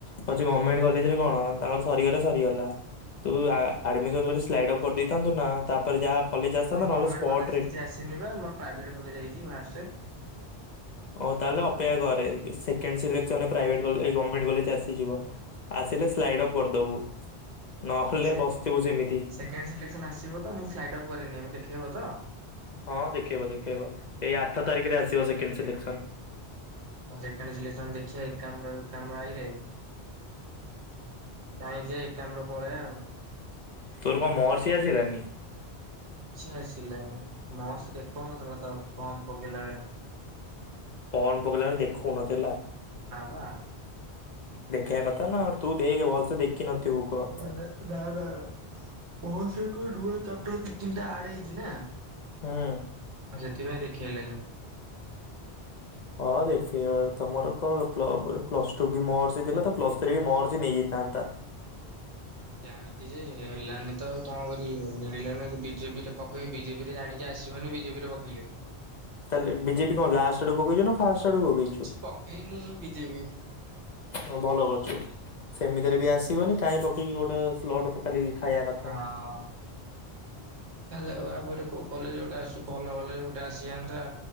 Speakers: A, on the left (about 50°); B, on the right (about 80°).
A: ଆଉ ଯୋଉ ଗଭର୍ଣମେଣ୍ଟ କଲେଜରେ କଣ ତାଙ୍କର ସରିଗଲେ ସରିଗଲା। ତୁ ଆ ଆଡମିସନ୍ କରିକି ସ୍ଲାଇଡ ଅଫ୍ କରିଦେଇଥାନ୍ତୁ ନା, ତା ପରେ ଯାହା କଲେଜ ଆସିଥାନ୍ତା
B: ମୋର ଗଭର୍ଣମେଣ୍ଟ
A: ନହେଲେ ସ୍ପଟରେ
B: କଲେଜ କିଛିଆସିନି ବା ମୋର ପ୍ରାଇଭେଟ୍ କଲେଜ ଆସିଛି ଫାଷ୍ଟ।
A: ହଉ ତାହେଲେ ଅପେକ୍ଷା କରେ ସେକେଣ୍ଡ ସିଲେକ୍ସନରେ ପ୍ରାଇଭେଟ କଲେଜ ଏ ଗମେଣ୍ଟ କଲେଜ୍ ଆସିଯିବ। ଆସିଲେ ସ୍ଲାଇଡଅପ୍ କରିଦବୁ, ନହେଲେ
B: ସେ
A: ନାଇଁ ବସିଥିବୁ ସେମିତି।
B: ସେକେଣ୍ଡ ସିଲେକ୍ସନ ଆସିବ ତ ମୁଁ ସ୍ଲାଇଡଅପ୍ କରିନି, ଏଇନେ ଦେଖେଇବ ତ?
A: ହଁ ଦେଖେଇବ ଦେଖେଇବ ଏଇ ଆଠ ତାରିଖ୍ ରେ ଆସିବ ସେକେଣ୍ଡ ସିଲେକ୍ସନ।
B: ମୁଁ ସେକେଣ୍ଡ ସିଲେକ୍ସନ୍ ଦେଖିଆ ଏକାମ୍ର କାମ୍ର ଆଇଲେ କାଇଁ ଯେ ଏଆମ୍ର ପଳେବା ଆଉ।
A: ତୋର କଣ ମହର୍ଷି ଆସିଲାନି?
B: କିଛି ଆସିଲାଣି ମହସି ଦେଖାଉନଥିଲା ତ ଫର୍ମ ପକେଇଲା ବେଳେ।
A: ଫର୍ମ ପକେଇଲା ବେଳେ ଦେଖୋଉ ନଥିଲା।
B: ନାଁ ବା।
A: ଦେଖେଇବା କଥା ନା ତୁ ଦେଖେ ଭଲ୍ ସେ ଦେଖିନଥିବୁ କ
B: ଏଡ଼ା ନା ନା ଓଭର୍ ସିକ୍ ରୁଲ୍ ଚାପଟର ଦି ତିନିଟା ଆଡ଼ ହେଇଛି ନା?
A: ହୁଁ।
B: ସେଥିପାଇଁ ଦେଖେଇଲାନି।
A: ହଁ ଦେଖେଇବ ତମର ତ ପ୍ଲ ପ୍ଳସ୍ ଟୁ ବି ମହର୍ଷି ଥିଲା ତ ପ୍ଲସ୍ ଥ୍ରୀ ବି ମହର୍ଷି ନେଇଯାଇଥାନ୍ତା।
B: ହୁଁ ଜାଣି ଛି ଯେ ହେଲାନି ତ କଣ କରିବି ମିଳିଲାନି ବିଜେପିରେ ପକେଇବି ବିଜେପି ରେ ଜାଣି ଚି ଆସିବନି ବିଜେପିରେ ପକେଇଲିନି।
A: ତାଲେ ବିଜେପି କଣ ଲାଷ୍ଟ୍ ଆଡୁକୁ ପକେଇଛୁ ନା ଫାଷ୍ଟ୍ ଆଡ଼କୁ ପକେ
B: କିଛି ପକେଇନି ବିଜେବିି।
A: ହଁ ଭଲ କରିଛୁ ସେମିତିରେ ବି ଆସିବନି କାହିଁ ପକେଇକି ଗୋଟେ ସ୍ଲଟ ଖାଲି ଖାଇବା
B: ହଁ।
A: କଥା
B: ଦେଖାଯାଉ ଆପରେ କୋଉ କଲେଜ୍ ଗୋଟେ ଆସୁ ଭଲ କଲେଜ ଗୋଟେ ଆସିଯାଆନ୍ତା।